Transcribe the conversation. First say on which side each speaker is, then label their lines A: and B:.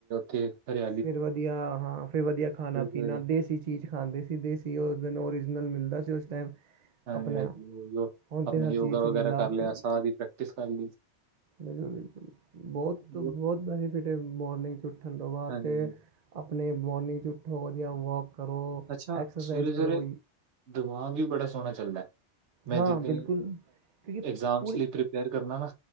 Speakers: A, on the right; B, on the right.
A: ਤੇ ਹਲੇ
B: ਫਿਰ ਵਧੀਆ ਹਾਂ ਫਿਰ ਵਧੀਆ ਖਾਣਾ ਪੀਣਾ
A: ਸਵੇਰੇ
B: ਦੇਸੀ ਚੀਜ਼ ਖਾਂਦੇ ਸੀ ਦੇਸੀ ਉਹ ਦਿਨ ਓਰੀਜਨਲ ਮਿਲਦਾ ਸੀ ਉਸ ਟਾਈਮ
A: ਹਾਂਜੀ
B: ਆਪਣਾ ਹੁਣ
A: ਆਪਣਾ
B: ਤਾਂ ਹਰ
A: ਯੋਗਾ
B: ਚੀਜ਼ 'ਚ
A: ਵਗੈਰਾ
B: ਮਿਲਾਵਟ
A: ਕਰ ਲਿਆ ਸਾਹ ਹੀ ਪ੍ਰੈਕਟਿਸ ਕਰ ਲਈ
B: ਬਿਲਕੁਲੁ ਬਹੁਤ
A: ਹਾਂਜੀ
B: ਬਹੁਤ ਬੈਨੀਫਿਟ ਏ ਮੋਰਨਿੰਗ 'ਚ ਉੱਠਣ ਤੋਂ ਬਾਅਦ
A: ਹਾਂਜੀ
B: ਅਤੇ ਆਪਣੇ ਮੋਰਨਿੰਗ 'ਚ ਉੱਠੋ ਵਧੀਆ ਵੋਕ ਕਰੋ
A: ਅੱਛਾ
B: ਐਕਸਰਸਾਈਜ਼
A: ਸਵੇਰੇ ਸਵੇਰੇ
B: ਕਰੋ।
A: ਦਿਮਾਗ ਵੀ ਬੜਾ ਸੋਹਣਾ ਚੱਲਦਾ। ਮੈਂ
B: ਹਾਂ
A: ਜਿੱਦਾਂ
B: ਬਿਲਕੁਲ ਕਿਉਂਕਿ
A: ਇਗਜ਼ਾਮ
B: ਪੂਰੀ
A: ਅ ਲਈ ਪ੍ਰਪੇਅਰ ਕਰਨਾ ਨਾ।